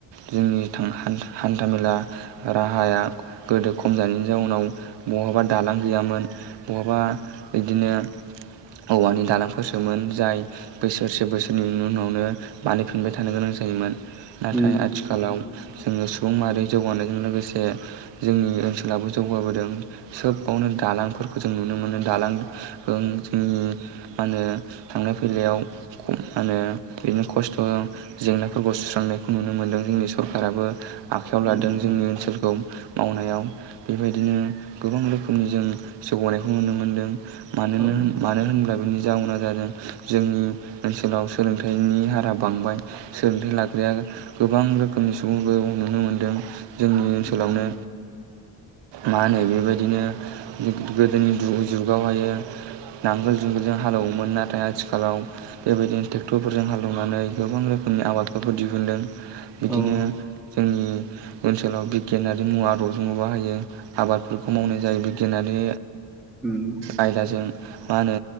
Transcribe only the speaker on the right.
जोंनि थां हान-हान्थामेला राहाया गोदो खम जानायनि जाउनाव बहाबा दालां गैयामोन बहाबा बिदिनो औवानि दालांफोरसोमोन जाय बोसोरसे बोसोरनैनि उनावनो बानायफिनबाय थानो गोनां जायोमोन। नाथाय
आथिखालाव जोङो सुबुं माहारि जौगानायजों लोगोसे जोंनि ओनसोलाबो जौगाबोदों सोबावनो दालांफोरखौ जों नुनो मोनो दालां ओं जोंनि मा होनो थांलाय फैलायाव खम मा होनो ओरैनो खस्थ' जेंनाफोरखौ सुस्रांनायखौ नुनो मोन्दों जोंनि सरखाराबो आखायाव लादों
जोंनि ओनसोलखौ मावनायाव बेबायदिनो गोबां रोखोमनि जों जौगानायखौ नुनो मोनदों मानोनो
होन मानो होनब्ला बि नि जावुना जादों जोंनि ओनसोलाव सोलोंथाइनि हारा बांबाय सोलोंथाइ लाग्राया गोबां रोखोमनि सुबुंफोरखौ नुनो मोनदों। जोंनि ओनसोलावनो
मा होनो बेबायदिनो गो-गोदोनि जुगावहायो नांगोल जुंगोलजों हालेवोमोन नाथाय आथिखालाव बेबायदिनो ट्रेक्टरफोरजों हालेवनानै गोबां रोखोमनि आबादफोरबो दिहुन्दों। बिदिनो
जोंनि ओनसोलाव बिगियानारि बिदि मुवा आदबजोंनो बाहायो आबादफोरखौ मावनाय जायोबिगियानारि
आयदाजों मा होनो